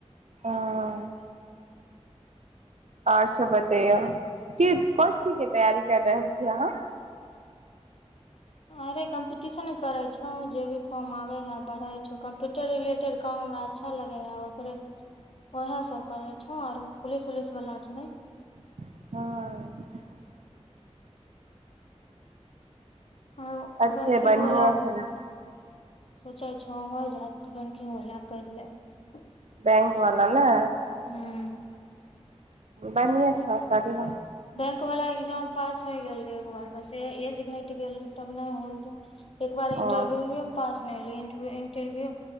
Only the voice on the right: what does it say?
हँ आओर सब बतैयौ कि कोन चीज के तैयारी कर रहल छी अहाँ
हँ
अच्छे
बढ़ियां
छै
बैंक वाला ने
बढ़िआ छ करलौ
ओ